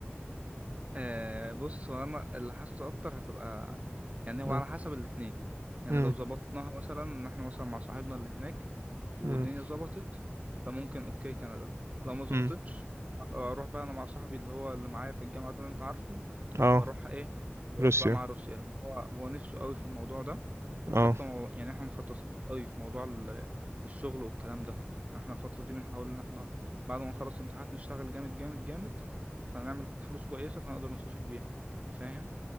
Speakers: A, on the right (about 35°); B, on the right (about 85°).
A: آه بص هو أنا اللي حاسه أكتر هتبقى يعني هو
B: امم
A: على حسب الاتنين يعني
B: امم
A: لو ظبطناها مثلا إن إحنا مثلا مع صاحبنا اللي هناك والدنيا
B: امم
A: ظبطت فممكن اوكي كندا لو ما ظبطتش
B: امم.
A: ابقى اروح بقى انا مع صاحبي اللي هو اللي معايا في الجامعه ده اللي انت عارفه
B: اه
A: واروح ايه واروح
B: روسيا
A: بقى مع روسيا لأن هو هو نفسه قوي في الموضوع ده
B: اه
A: وحتى مو- يعني احنا مخططين له قوي في موضوع ال- الشغل والكلام ده يعني احنا الفتره دي بنحاول ان احنا بعد ما نخلص الامتحانات نشتغل جامد جامد جامد فنعمل فلوس كويسه فنقدر نسافر بيها فاهم